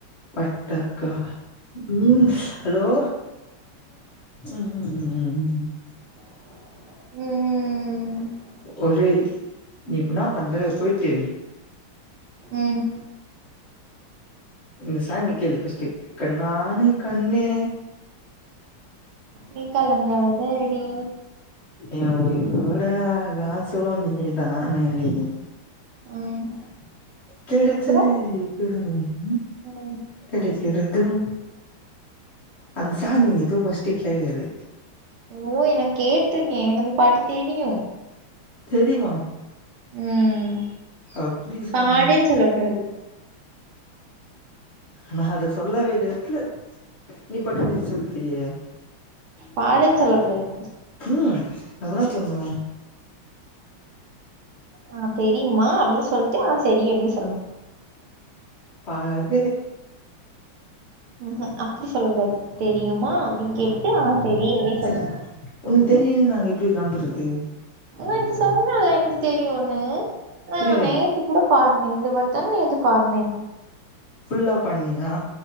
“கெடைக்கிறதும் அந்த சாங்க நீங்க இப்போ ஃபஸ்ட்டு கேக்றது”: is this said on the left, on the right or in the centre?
Left